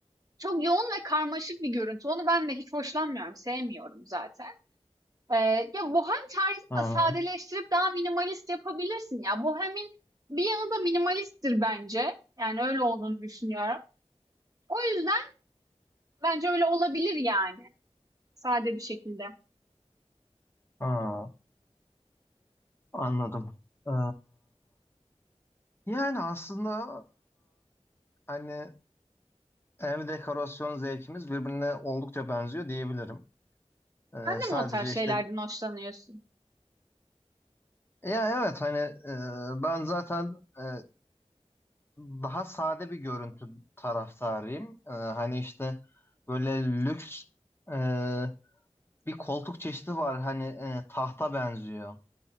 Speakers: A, on the right; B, on the left.
A: Çok yoğun ve karmaşık bir görüntü. Onu ben de hiç hoşlanmıyorum, sevmiyorum zaten. Ee, ya bohem tarzını
B: hı hı,
A: da sadeleştirip daha minimalist yapabilirsin ya. Bohemin bir yanı da minimalisttir bence. Yani öyle olduğunu düşünüyorum. O yüzden bence öyle olabilir yani. Sade bir şekilde.
B: hı. Anladım. Ee, yani aslında e, hani Ev dekorasyon zevkimiz birbirine oldukça benziyor diyebilirim. Ee,
A: Sen
B: sadece
A: de mi o tarz şeylerden
B: işte
A: hoşlanıyorsun?
B: e, ya evet hani e, ben zaten e, daha sade bir görüntü taraftarıyım. E, hani işte böyle lüks e, bir koltuk çeşidi var hani e, tahta benziyor.